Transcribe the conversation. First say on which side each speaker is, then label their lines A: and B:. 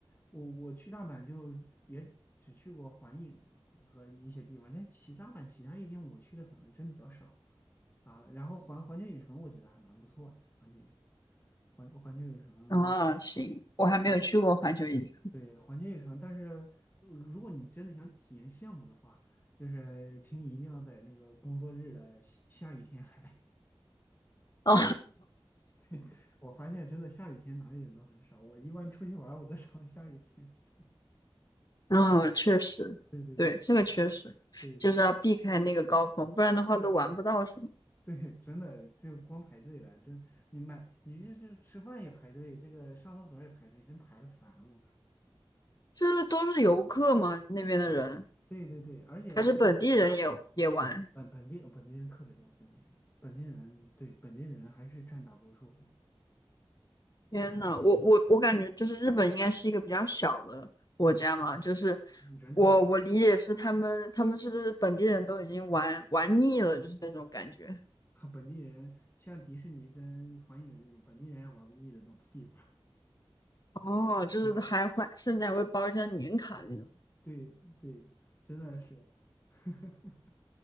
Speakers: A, on the left; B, on the left.
A: 我我去大阪就也只去过环影啊和和一些地方，像其他阪其他一点我去的可能真比较少啊。啊然后环环球影城我觉得还蛮不错的，环球影城，环环球影城，
B: 哦，行，我还没有去过环球影城。
A: 对对，环球影城。但是如果你真的想体验项目的话，就是请你一定要在那个工作日的下下雨天来。
B: 哦，
A: <laughs> 我发现真的下雨天哪里人都很少，我一般出去玩儿我都找下雨天去玩。
B: 嗯，确实，
A: <laughs> 对对对，
B: 对，这个确实就是要避开那个高峰，
A: 啊，对对对。
B: 不然的话都玩不到什么。
A: 那。<laughs> 对，真的就光排队了，真你买你这是吃饭也排队，这个上厕所也排队，真排的烦我。
B: 就是都是游客嘛，那边的人
A: 对对对对，而且
B: 还是本地人也也玩。
A: 本本地本地人特别多，本地人本地人对本地人还是占大多数的，
B: 天呐，
A: 对
B: 我我我感觉就是日本应该是一个比较小的国家嘛，就是
A: 人特别多，
B: 我我理解是他们他们是不是本地人都已经玩玩腻了，就是那种感觉。
A: <laughs> 本地人像迪士尼跟环影这种本地人也玩不腻的东地方，
B: 哦，就是还会甚至还会包一张年卡那种。
A: <laughs> 对对对，真的是。<laughs>